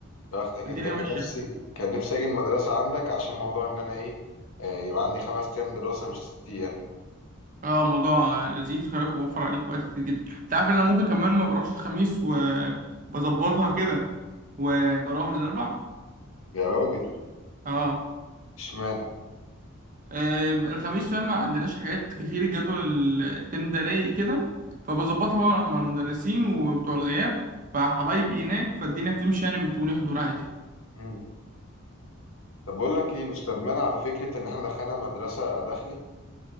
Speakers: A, on the left; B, on the right.
A: يا بختك
B: الدنيا
A: انت كان
B: ماشيه
A: نفسي كان نفسي اجي المدرسه عندك عشان موضوع ان انا ايه آه يبقى عندي خمس ايام دراسه مش ست ايام
B: اه موضوع لذيذ خلي بالك بوفر عليك وقت كتير جدا انت عارف ان انا ممكن كمان ما بروحش الخميس وبظبطها كده وبروح الاربع
A: يا راجل
B: اه
A: اشمعنى
B: آه، الخميس فاهم ما عندناش حاجات كتير الجدول ال- الترم ده رايق كده فبظبطها بقى مع المدرسين وبتوع الغياب فحبايبي هناك فالدنيا بتمشي يعني وبيكتبوا لي حضور عادي
A: مم. طب بقول لك ايه مش ندمانه على فكره ان احنا دخلنا مدرسه داخلي